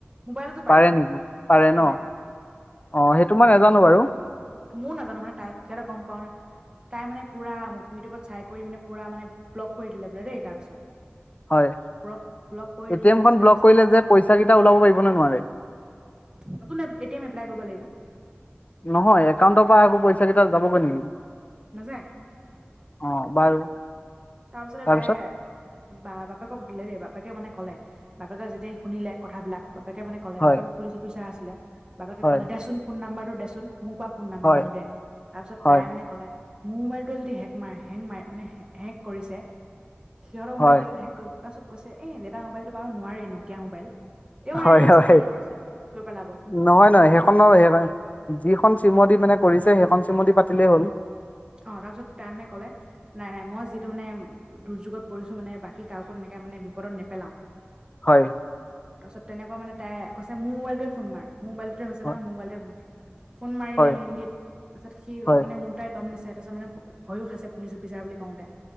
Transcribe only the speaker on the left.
পাৰে
নেকি? পাৰে ন,
অ' সেইটো মই নাজানো বাৰু?
হয়।
এ
টি এম খন
ব্লক কৰিলে যে পইচা কেইটা ওলাব পাৰিব ন নোৱাৰে?
নহয়, একাউণ্টৰ পৰা আকৌ পইচা কেইটা যাবগৈ নেকি?
অ' বাৰু
তাৰপিছত
হয়
হয়
হয়
হয়
হয়
হয়,
হয়,
নহয়, নহয়
সেইখন নহয় সেইকাৰ যিখন চিমে মানে কৰিছে সেইখন চিমেদি পাতিলেই হ'ল।
হয়।
হয়
হয়
হয়